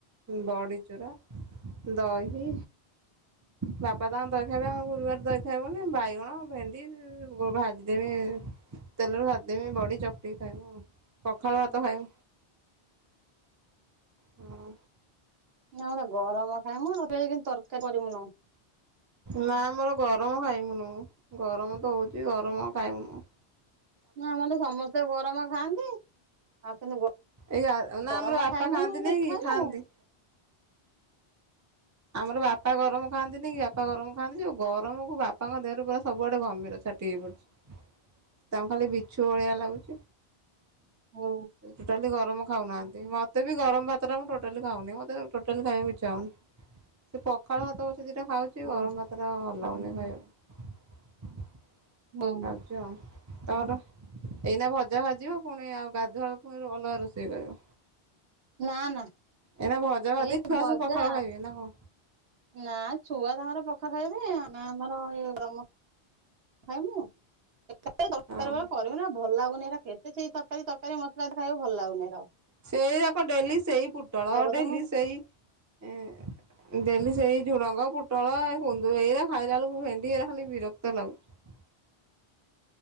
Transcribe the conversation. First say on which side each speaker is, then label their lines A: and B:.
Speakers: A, on the right; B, on the right.
A: ବଡ଼ିଚୂରା, ଦହି ବାପା ତାଙ୍କର ଦହି ଖାଇବେ। ଆମ ଗୁରୁବାର ଦହି ଖାଇବୁନି। ବାଇଗଣ, ଭେଣ୍ଡି <unintelligible> ଭାଜିଦେମି। ତେଲରେ ଭାଜିଦେମି ବଡ଼ି ଚକଟି କି ଖାଇବୁ ଆଉ। ପଖାଳ ଭାତ
B: ଓହୋ
A: ଖାଇବୁ ହଁ।
B: ନା ନା ଗରମ ଖାଇମୁ ଟୋଟଲି କିନ୍ତୁ ତରକାରୀ କରିମୁନୁ।
A: ନା ଆମର ଗରମ ଖାଇମୁନୁ ଗରମ ତ ହଉ ଚି ଗରମ ଖାଇମୁ।
B: ନା ଆମର ତ ସମସ୍ତେ ଗରମ ଖାଆନ୍ତି। ଆଉ କିନ୍ତୁ
A: ଏଇ ଆ ନା
B: ଗରମ
A: ଆମର ବାପା
B: ଖାଇମୁ
A: ଖାଆନ୍ତି ନାଇଁ କି
B: ଖାଇମୁ।
A: ଖାଆନ୍ତି। ଆମର ବାପା
B: ହୁଁ
A: ଗରମ ଖାଆନ୍ତିନି କି ବାପା ଗରମ ଖାଆନ୍ତି ଯୋଉ ଗରମକୁ ବାପ ପାଙ୍କ ଦେହରେ ପୁରା ସବୁଆଡେ ଘମିର ଛାଟି ହେଇପଡଛି। ତାଙ୍କୁ ଖାଲି ବିଛୁ ଭଳିଆ ଲାଗୁଛି,
B: ହୁଁ
A: ସେ ଟୋଟାଲି ଗରମ ଖାଉନାହାନ୍ତି ମତେ ବି ଗରମ ଭାତଟା ମୁଁ ଟୋଟାଲି ଖାଉନି ମତେ ଟୋଟାଲି ଖାଇବାକୁ ଇଚ୍ଛା ହଉନି। ସେ ପଖାଳ ଭାତ ପଛେ ଦିଟା ଖାଉଛି
B: ହୁଁ
A: ଗରମ ଭାତଟା ଆଉ ଭଲ ଲାଗୁନି। ଖାଇବାକୁ
B: ହୁଁ
A: ଖାଉଚି ଆଉ। ତମର ଏଇନା ଭଜା ଭାଜିବ ପୁଣି ଆଉ ଗାଧୁଆଳକୁ ପୁଣି ଅଲଗା ରୋଷେଇ କରିବ।
B: ନା ନା
A: ଏଇନା ଭଜା ଭାଜି
B: ଏଇ
A: ଛୁଆ
B: ଭଜା
A: ସବୁ ପଖାଳ ଖାଇବେ ନା କଣ
B: ନା ଛୁଆ ତାଙ୍କର ପଖାଳ ଖାଇବେ, ଆମେ ଆମର ଏଇ ଗରମ ଖାଇମୁ କେତେବେଳେ ଦରକାର
A: ଓହୋ।
B: ବେଳେ କରିବୁ ନା ଆଉ ଭଲ ଲାଗୁନି ହେଇରା କେ ହେଇ ସେଇ ତରକାରୀ ତରକାରୀ ମସଲା ଜିନିଷ ଖାଇବାକୁ ଭଲ ଲାଗୁନି ହେରା ଆଉ।
A: ସେଇ ଯାକ ଡେଲି ସେଇ ପୁଟଳ
B: କରିଦମୁ
A: ଡେଲି ସେଇ ଏଁ ଡେଲି ସେଇ ଝୁଡ଼ଙ୍ଗ, ପୁଟଳ ଏ କୁନ୍ଦୁ ଏଇରା ଖାଇଲା ବେଳକୁ ଭେଣ୍ଡି ଏଇରା ଖାଲି ବିରକ୍ତ ଲାଗୁଛି।